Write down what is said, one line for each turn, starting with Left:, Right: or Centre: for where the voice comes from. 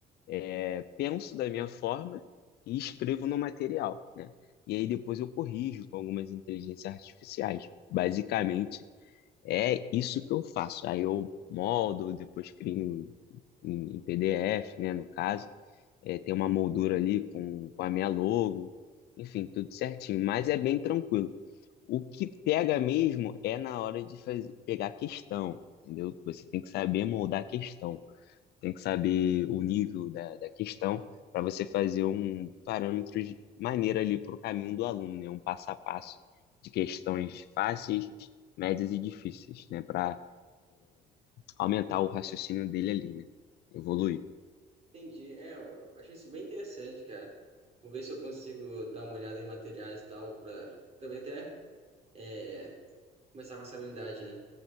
Left: é, penso da minha forma e escrevo no material, né? E aí depois eu corrijo com algumas inteligências artificiais. Basicamente, é isso que eu faço. Aí eu moldo, depois crio em, em PDF, né, no caso. É, tem uma moldura ali com, com a minha logo, enfim, tudo certinho. Mas é bem tranquilo. O que pega mesmo é na hora de fazer, pegar a questão, entendeu? Você tem que saber moldar a questão, tem que saber o nível da, da questão para você fazer um parâmetro de maneira ali para o caminho do aluno, né? Um passo a passo de questões fáceis, médias e difíceis, né? Para aumentar o raciocínio dele ali, né? Evoluir.
Right: Entendi. É, eu eu achei isso bem interessante, cara. Vou ver se eu consigo dar uma olhada em materiais e tal, pra também até é, começar com essa habilidade, né?